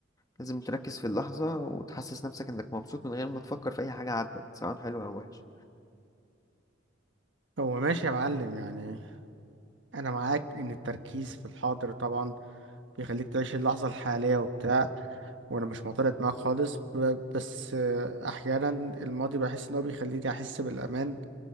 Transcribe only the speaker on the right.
هو ماشي يا معلم يعني انا معاك ان التركيز في الحاضر طبعا بيخليك تعيش اللحظة الحالية وبتاع وانا مش معترض معاك خالص ب- بس آه، احيانا الماضي بحس ان هو بيخليني احس بالامان